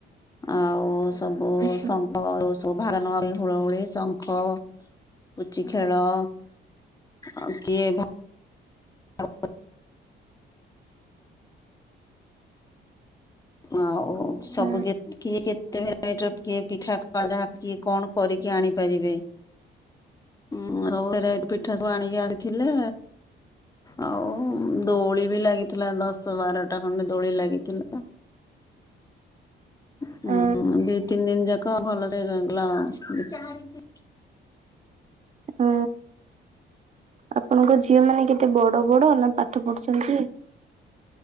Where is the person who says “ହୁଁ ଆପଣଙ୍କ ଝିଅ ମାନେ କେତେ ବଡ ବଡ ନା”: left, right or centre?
Right